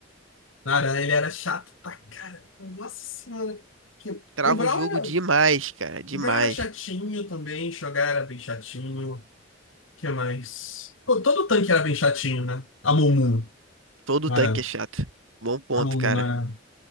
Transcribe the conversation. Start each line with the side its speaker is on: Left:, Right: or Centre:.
Left: No Aran ele era chato pra caramba. Nossa senhora. Que-
Right: Trava
Left: O Brown
Right: o jogo
Left: era.
Right: demais, cara. Demais.
Left: Brown era chatinho também, Shogar era bem chatinho. O que mais? Pô, todo tanque era bem chatinho, né? A Mumu
Right: Todo
Left: não
Right: tanque
Left: era.
Right: é chato. Bom ponto,
Left: A Mumu
Right: cara.
Left: não era.